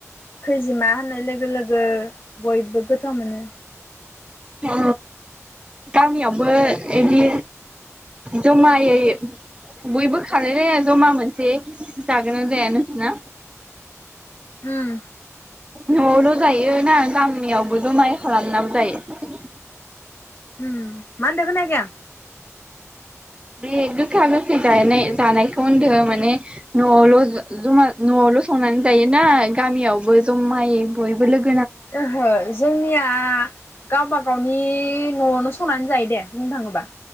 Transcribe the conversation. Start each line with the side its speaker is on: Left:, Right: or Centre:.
Left: खैजिमा होननाय लोगो लोगो बयबो गो थाव मोनो
Right: अ गामियावबो इदि जमायै बयबो खालायलायना जमा मोनसे जागोन ना जाया नोंसोना
Left: अम
Right: न'आवल' जायो ना गामियावबो जमायै खालामनाबो जायो।
Left: उम मा होनदो खोनायाखै आं
Right: बे गोखा गोखै जानाय-जानायखौ होनदो माने न'आवल' जमा न'आवल' संनानै जायोना गामियावबो जमायै बयबो लो
Left: ओहो जोंनिया गावबा गावनि न'आवनो संनानै जायो दे बुंनो थाङोबा